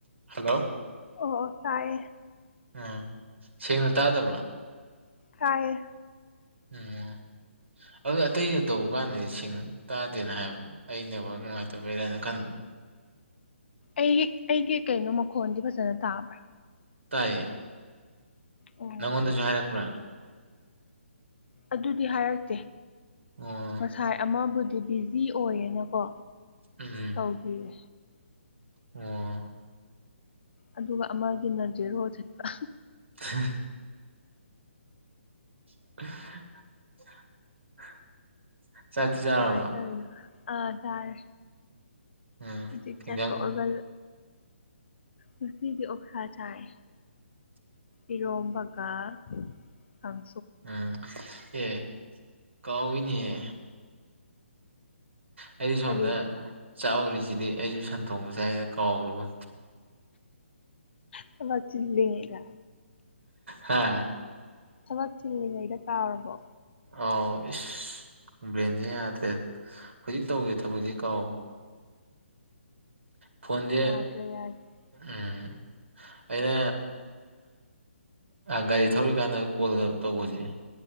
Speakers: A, on the right (about 65°); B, on the left (about 55°).
A: hello
B: ꯑꯣ ꯇꯥꯏꯌꯦ
A: ꯎꯝ ꯁꯦꯡꯅ ꯇꯥꯗꯕ꯭ꯔꯥ
B: ꯇꯥꯏꯌꯦ
A: ꯎꯝ ꯑꯗꯨ ꯑꯇꯩꯗ ꯇꯧꯕ ꯀꯥꯟꯗꯗꯤ ꯁꯦꯡꯅ ꯇꯥꯗꯦꯅ ꯍꯥꯏꯕ ꯑꯩꯅꯦꯕ ꯅꯨꯡꯉꯥꯏꯇꯕꯔꯦꯅ ꯈꯟꯕ
B: ꯑꯩꯒꯤ ꯑꯩꯒꯤ ꯀꯩꯅꯣ ꯃꯈꯣꯟꯗꯤ ꯐꯖꯅ ꯇꯥꯕ꯭ꯔꯥ
A: ꯇꯥꯏꯌꯦ
B: ꯑꯣ
A: ꯅꯪꯉꯣꯟꯗꯁꯨ ꯍꯥꯏꯔꯛꯄ꯭ꯔꯥ
B: ꯑꯗꯨꯗꯤ ꯍꯥꯏꯔꯛꯇꯦ
A: ꯑꯣ
B: ꯉꯁꯥꯏ ꯑꯃꯕꯨꯗꯤ ꯕꯤꯖꯤ ꯑꯣꯏꯌꯦꯅꯀꯣ
A: ꯎꯝ
B: ꯇꯧꯕꯤꯌꯦ
A: ꯑꯣ
B: ꯑꯗꯨꯒ ꯑꯃꯒꯤꯅ ꯖꯦꯔꯣ ꯁꯤꯠꯄ
A: ꯍ <inaudible> ꯆꯥꯔꯕ
B: ꯀꯃꯥꯏꯅ ꯑ ꯇꯔꯦ
A: ꯎꯝ
B: ꯍꯧꯖꯤꯛ
A: ꯍꯤꯟꯖꯥꯡ
B: ꯆꯥꯊꯣꯛꯑꯒ ꯉꯁꯤꯗꯤ ꯑꯣꯁꯥ ꯆꯥꯏ ꯏꯔꯣꯝꯕꯒ ꯀꯥꯡ
A: ꯎꯝ ꯑꯦ ꯀꯥꯎꯏꯅꯤꯍꯦ ꯑꯩꯗꯤ ꯁꯣꯝꯗ
B: ꯀꯔꯤ
A: ꯆꯥꯛꯎꯔꯤꯁꯤꯗꯤ ꯑꯩꯁꯨ ꯁꯟꯗꯣꯡꯕ ꯆꯥꯏꯕ ꯀꯥꯎꯔꯨꯕ
B: ꯊꯕꯛ ꯆꯤꯟꯂꯤꯉꯩꯗ
A: ꯍꯥ
B: ꯊꯕꯛ ꯆꯤꯜꯂꯤꯉꯩꯗ ꯀꯥꯎꯔꯕꯣ
A: ꯑꯥꯎ ꯏꯁ ꯄ꯭ꯂꯦꯟꯁꯦ ꯌꯥꯗ꯭ꯔꯦ ꯍꯧꯖꯤꯛ ꯇꯧꯒꯤꯕ ꯊꯕꯛꯁꯦ ꯀꯥꯎꯑꯦ ꯐꯣꯟꯁꯦ
B: ꯌꯥꯗ꯭ꯔꯦ ꯌꯥꯗ꯭ꯔꯦ
A: ꯎꯝ ꯑꯩꯅ ꯑꯥ ꯒꯥꯔꯤ ꯊꯧꯔꯤꯀꯥꯟꯗ ꯀꯣꯜꯒ ꯇꯧꯕꯁꯤꯅꯦ